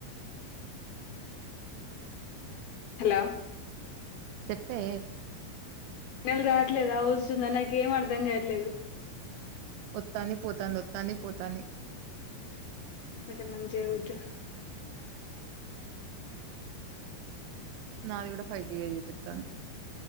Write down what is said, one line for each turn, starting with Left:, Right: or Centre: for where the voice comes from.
Left: హలో
Right: చెప్పే
Left: నెల్ రావట్లేదా వస్సుంద నాకు ఏం అర్ధం గావట్లేదు
Right: వొత్తాంది పోతంది వొత్తాంది పోతంది
Left: కొంచెం మంచిగా కూచ్చో
Right: నాది కూడా ఫైవ్ జి యే జూపి తన్